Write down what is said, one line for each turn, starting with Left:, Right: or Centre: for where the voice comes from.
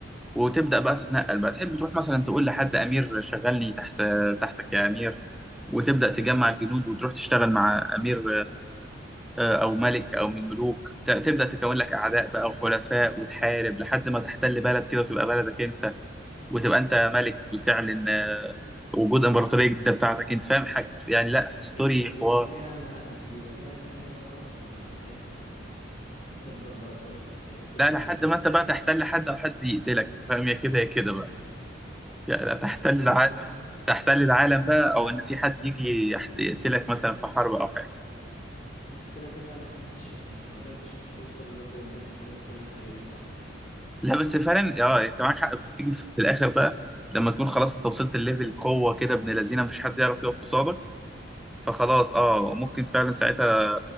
Centre: وتبدا بقى تتنقل بقى تحب تروح مثلا تقول لحد امير شغلني تحت تحتك يا امير وتبدا تجمع الجنود وتروح تشتغل مع امير آه، او ملك او من الملوك ت- تبدا تكون لك اعداء بقى
Left: مم.
Centre: وحلفاء وتحارب لحد ما تحتل بلد كده وتبقى بلدك انت وتبقى انت ملك وتعلن آه، وجود امبراطوريه جديده بتاعتك انت فاهم حاجه يعني لا ستوري
Left: بيب- بيبقى
Centre: حوار
Left: ليها نها... بيبقى ليها نهاية بقى ولا هي بتفضل بقى ت... ت... تبني
Centre: لا لحد
Left: وتعمل
Centre: ما انت بقى
Left: ولا
Centre: تحتل حد او حد يقتلك انت فاهم يا كده يا كده بقى يعني تحتل
Left: تحتل
Centre: العالم
Left: حد
Centre: تحتل العالم بقى او ان في حد يجي يحت- يقتلك مثلا في حرب او حاجه
Left: بس كده كده محدش مش ما قدرتش انت توصل لليفل انك احتليت كل حاجة دي صح
Centre: لا بس فعلا اه انت معاك حق في- تيجي في في الاخر بقى لما تكون خلاص انت وصلت لليفل قوه كده ابن لذينه مفيش حد يعرف يقف قصادك فخلاص اه ممكن فعلا ساعتها